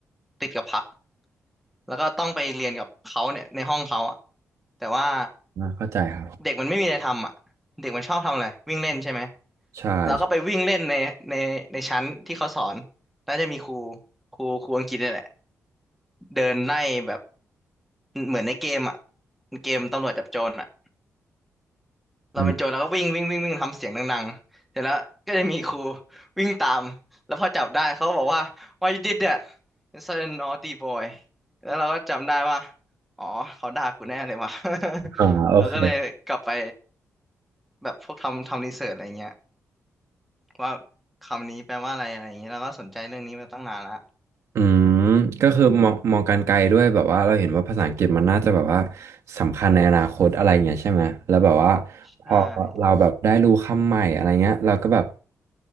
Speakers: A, in the centre; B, on the right.
A: ติดกับพักแล้วก็ต้องไปเรียนกับเขาเนี่ยในห้องเขาอะแต่ว่า
B: เข้าใจครับ
A: เด็กมันไม่มีอะไรทำอ่ะเด็กมันชอบทำอะไรวิ่งเล่นใช่ไหม
B: ใช่
A: เราก็ไปวิ่งเล่นในในในชั้นที่เขาสอนแล้วจะมีครูครูครูอังกฤษเนี่ยแหละเดินไล่แบบ เหมือนในเกมอ่ะเกมตำรวจจับโจรอ่ะเราเป็นโจรเราก็วิ่งวิ่งวิ่งวิ่งทำเสียงดังๆเสร็จแล้วก็จะมีครู
B: อืม
A: วิ่งตามแล้วพอจับได้เขาก็บอกว่า why you did that you're such a naughty boy แล้วเราก็จำได้ว่าอ๋อเขาด่ากูแน่เลยว่ะ
B: อ่าโอเค
A: <laughs> เราก็เลยกลับไปแบบพวกทำทำรีเสิร์ชอะไรเงี้ยว่าคำนี้แปลว่าอะไรอะไรเงี้ยเราก็สนใจเรื่องนี้มาตั้งนานละ
B: อืมก็คือมองมองการไกลด้วยแบบว่าเราเห็นว่าภาษาอังกฤษมันน่าจะแบบว่าสำคัญในอนาคตอะไรเงี้ยใช่ไหมแล้วแบบว่าพอเราแบบได้รู้คำใหม่อะไรเงี้ยเราก็แบบ
A: ใช่